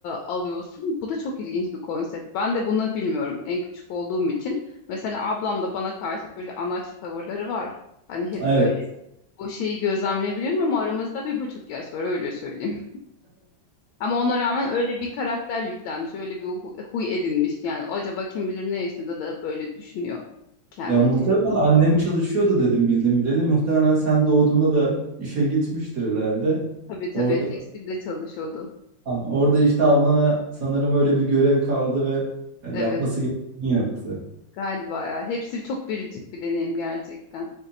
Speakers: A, on the left (about 85°); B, on the right (about 50°).
A: alıyorsun. Bu da çok ilginç bir konsept. Ben de bunu bilmiyorum en küçük olduğum için. Mesela ablam da bana karşı böyle anaç tavırları var. Hani hep
B: Evet.
A: böyle o şeyi gözlemleyebilirim ama aramızda bir buçuk yaş var öyle söyleyeyim. Ama ona rağmen öyle bir karakter yüklenmiş, öyle bir hu- huy edinmiş. Yani acaba kim bilir ne yaşadı da böyle düşünüyor kendince.
B: Ya muhtemelen annem çalışıyordu dedim bildim bileli. Muhtemelen sen doğduğunda da işe gitmiştir herhalde.
A: Tabii tabii
B: Orada
A: tekstilde çalışıyordu.
B: Hani Orada işte ablana sanırım öyle bir görev kaldı ve e,
A: Evet
B: yapması gerekeni yaptı.
A: galiba ya. Hepsi çok biricik bir deneyim gerçekten.